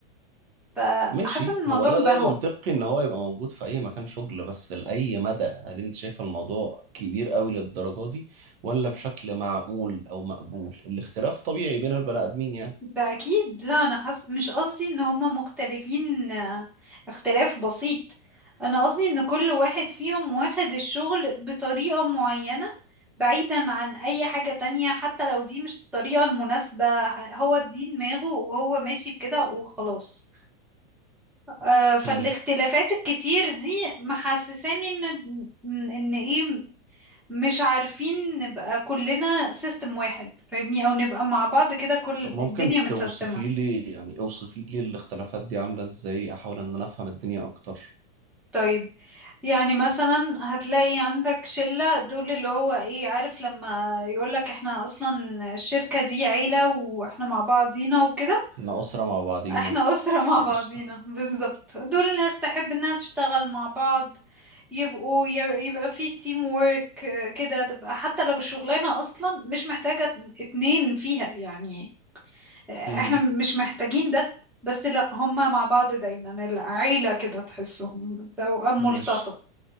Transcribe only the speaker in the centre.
فحاسة
ان الموضوع
مبهوأ
ده اكيد لا انا حس... مش قصدي ان هما مختلفين آه، اختلاف بسيط انا قصدي ان كل واحد فيهم واخد الشغل بطريقة معينة بعيدا عن اي حاجة تانية حتى لو دي مش الطريقة المناسبة ه- هو دي دماغه وهو ماشي بكده وخلاص آه، فالاختلافات
الكتير دي محسساني ان ان ايه مش عارفين نبقى كلنا سيستم واحد فاهمني او نبقى مع بعض كده كل
الدنيا متسيستمة
طيب يعني مثلا هتلاقي عندك شلة دول اللي هو ايه عارف لما يقولك احنا اصلا الشركة دي عيلة واحنا مع بعضينا وكده
احنا <laughs> أسرة مع
بعضينا بالظبط دول ناس تحب انها تشتغل مع بعض يبقوا ي- يبقى في تيم وورك كده تبقى حتى لو الشغلانة اصلا مش محتاجة اتنين فيها يعني احنا
مش محتاجين ده بس لا هما مع بعض دايما العيلة كده تحسهم توأم
ملتصق